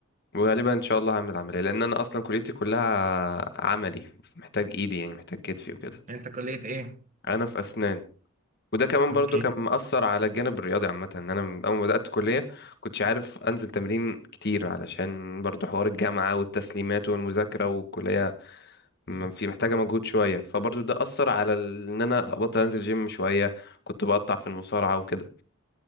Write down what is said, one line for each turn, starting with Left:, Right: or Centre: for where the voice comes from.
Left: وغالبا ان شاء الله هعمل عملية لان انا اصلا كليتي كلها عملي محتاج ايدي يعني محتاج كتفي وكده
Right: انت كلية ايه
Left: انا في اسنان وده كمان
Right: اوكي
Left: برضو كان مأثر على الجانب الرياضي عامة ان انا من اول ما بدأت كلية كنتش عارف انزل تمرين كتير علشان برضو حوار الجامعة والتسليمات والمذاكرة والكلية م- في محتاجة مجهود شوية فبرضو ده أثر على ال- ان انا ابطل انزل جيم شوية كنت بقطع في المصارعة وكده